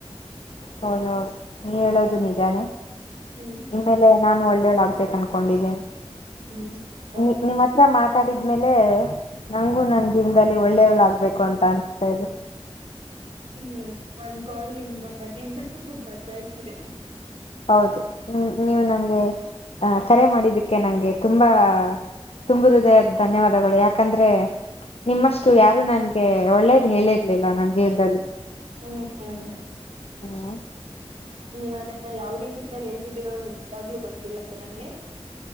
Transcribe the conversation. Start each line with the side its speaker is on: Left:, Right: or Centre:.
Left: ಹೌದೌದು ನೀವ್ ಹೇಳದು ನಿಜಾನೇ
Right: ಹ್ಮ್
Left: ನಿಮೇಲೆ ನಾನು ಒಳ್ಳೇಗ್ ಕ ಅಡಿದ್ದೇ
Right: ಹ್ಮ್ ಒಂದ್
Left: ನಿ ನಿಮ್ಮ್ ಹತ್ರ ಮಾತಾಡಿದ್ಮೇಲೆ ನಂಗು ನಂದ ಮುಂದಲ್ಲಿ ಒಳ್ಳೆಯವಳುಾಗಗ್ಬೇಕು ಅಂತ ಅನ್ಸದೆ
Right: ಹ್ಮ್ ಒಂದ್ ಕಾಲ್ ನಿಮ್ ಜೀವ್ನ ಬದ್ಲಾಯಿಸಿದೆ
Left: ಹೌದು ಹ್ಮ ನೀವು ನಂಗೆ ಆ ಕರೆ ಮಾಡಿದ್ದಕ್ಕೆ ನಂಗೆ ತುಂಬಾ ತುಂಬು ಹೃದಯ ಧನ್ಯವಾದಗಳು ಯಾಕಂದ್ರೆ ನಿಮ್ಮಷ್ಟು ಯಾರು ನನ್ಗೆ ಒಳ್ಳೇದ ಹೇಳಿರ್ಲಿಲ್ಲ ನನ್ ಜೀವನದಲ್ಲಿ
Right: ಹ್ಮ್
Left: ಹ್ಮ್
Right: ನೀವ್ ಅದನ್ನ ಯಾವ್ ರೀತಿಯ ಹೇಳ್ತಿದ್ದೀರೋ ನಿಜವಾಗ್ಲೂ ಗೊತ್ತಿಲ್ಲ ನಮಗೆ